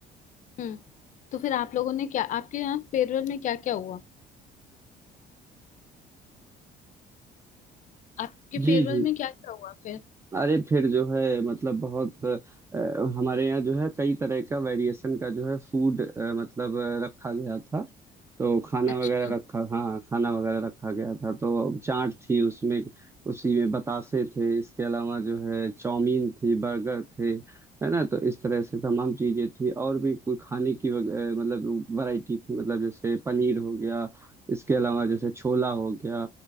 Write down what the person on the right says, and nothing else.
जी
जी
अरे फिर जो है मतलब बहुत अ, हमारे यहाँ जो है कई तरह का वेरिएशन का जो है फूड अ, मतलब अ, रखा गया था तो खाना
वगैरह रखा हाँ खाना वगैरह रखा गया था तो चाट थी उसमें उसी में बतासे थे इसके अलावा जो है चाउमीन थी बर्गर थे है ना तो इस तरह से तमाम चीजें थी और भी कोई खाने की वग, अ, मतलब वैरायटी थी मतलब जैसे पनीर हो गया इसके अलावा जैसे छोला हो गया